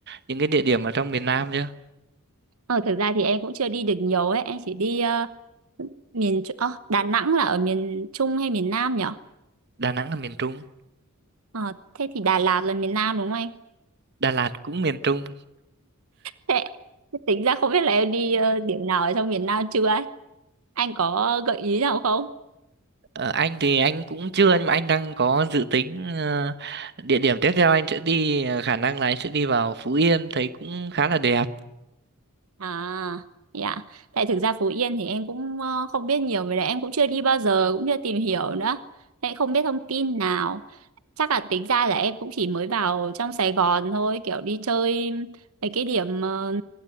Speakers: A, on the right; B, on the right.
A: những cái địa điểm ở trong miền Nam chưa?
B: Ờ, thực ra thì em cũng chưa đi được nhiều ấy, em chỉ đi ờ, miền Tr- ờ, Đà Nẵng là ở miền Trung hay miền Nam nhở?
A: Đà Nẵng là miền Trung,
B: Ờ, thế thì Đà Lạt là miền Nam đúng không anh?
A: Đà Lạt cũng miền Trung.
B: Thế, thế tính ra không biết là em đi ờ, điểm nào ở trong miền Nam chưa ấy? Anh có gợi ý nào không?
A: Ờ, anh thì anh cũng chưa nhưng mà anh đang có dự tính ờ, địa điểm tiếp theo anh sẽ đi ờ, khả năng là anh sẽ đi vào Phú Yên thấy cũng khá là đẹp.
B: À, dạ. Tại thực ra Phú Yên thì em cũng ờ, không biết nhiều về đấy, em cũng chưa đi bao giờ, cũng chưa tìm hiểu nữa. Thế không biết thông tin nào. Chắc là tính ra là em cũng chỉ mới vào trong Sài Gòn thôi, kiểu đi chơi mấy cái điểm ờ,